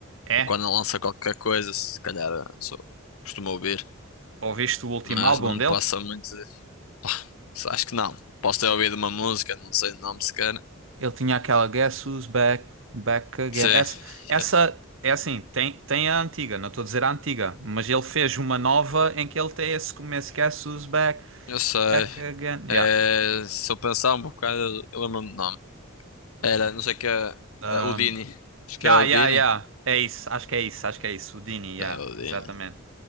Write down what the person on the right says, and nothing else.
É?
Ouviste o último
álbum
dele?
Ele tinha aquela Guess Who's Back, Back Again.
Essa, essa
é assim, tem, tem a antiga, não estou a dizer a antiga, mas ele fez uma nova em que ele tem esse começo, Guess Who's Back,
Back Again. Yeah.
Um,
yeah,
yeah, yeah. É isso, acho que é isso, acho que é isso. O Dini, yeah,
exatamente.